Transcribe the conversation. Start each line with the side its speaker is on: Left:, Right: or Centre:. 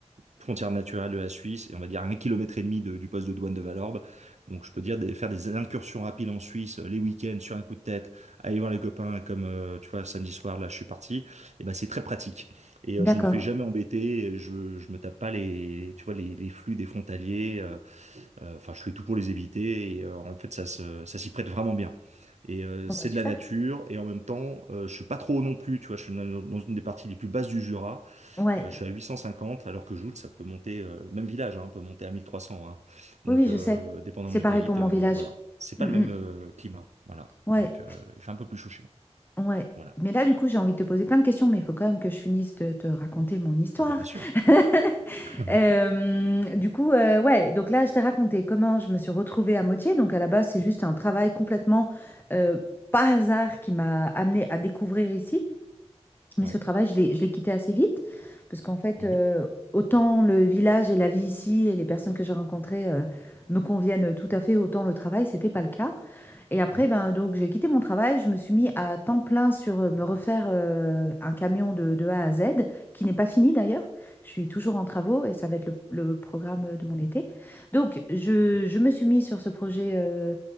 Right: frontière naturelle de la Suisse, et on va dire à un kilomètre et demi de- du poste de douane de Valorbe. Donc je peux dire des, faire des incursions rapides en Suisse euh, les week-ends sur un coup de tête, aller voir les copains comme euh, tu vois samedi soir là je suis parti. Et ben c'est très pratique et
Left: D'accord.
Right: euh, je me fais jamais embêter, et je je me tape pas les tu vois les, les flux des frontaliers. euh, euh, Enfin je fais tout pour les éviter et euh, en fait ça se, ça s'y prête vraiment bien. Et euh,
Left: Bon,
Right: c'est
Left: bah super.
Right: de la nature et en même temps euh, je suis pas trop haut non plus. Tu vois je suis dans dans une des parties les plus basses du Jura.
Left: Ouais,
Right: Euh, je suis à 850, alors que Joule, ça peut monter, euh, même village, hein, peut monter à 1300. hein. Donc,
Left: oui, oui,
Right: euh,
Left: je sais.
Right: dépendamment
Left: C'est
Right: où
Left: pareil
Right: tu habites,
Left: pour mon
Right: euh,
Left: village.
Right: voilà. C'est
Left: Mm,
Right: pas le même
Left: mm.
Right: euh, climat. Voilà.
Left: Ouais,
Right: Donc, euh, il fait un peu plus chaud chez moi.
Left: ouais.
Right: Voilà.
Left: Mais là, du coup, j'ai envie de te poser plein de questions, mais il faut quand même que je finisse de te raconter mon histoire.
Right: Ah bah, bien sûr.
Left: <laughs>
Right: <laughs>
Left: Euh, du coup, euh, ouais, donc là, je t'ai raconté comment je me suis retrouvée à Moitié. Donc, à la base, c'est juste un travail complètement euh, par hasard qui m'a amenée à découvrir ici. Mais
Right: Ouais.
Left: ce travail, je l'ai, je l'ai quitté assez vite parce qu'en fait,
Right: Mhm.
Left: euh, autant le village et la vie ici et les personnes que j'ai rencontrées euh, me conviennent tout à fait, autant le travail, c'était pas le cas. Et après,
Right: Mhm.
Left: ben, donc, j'ai quitté mon travail. Je me suis mis à temps plein sur euh, me refaire euh, un camion de, de A à Z, qui n'est pas fini d'ailleurs. Je suis toujours en travaux et ça va être le, le programme euh, de mon été. Donc, je, je me suis mis sur ce projet euh,